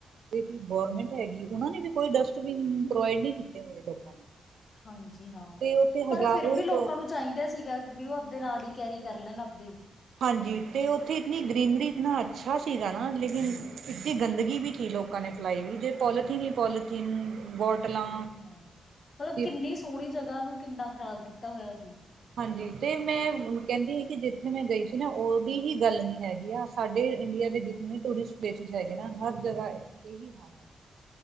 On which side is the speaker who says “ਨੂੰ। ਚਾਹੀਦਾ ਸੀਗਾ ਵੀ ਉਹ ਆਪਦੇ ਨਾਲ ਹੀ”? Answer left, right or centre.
Left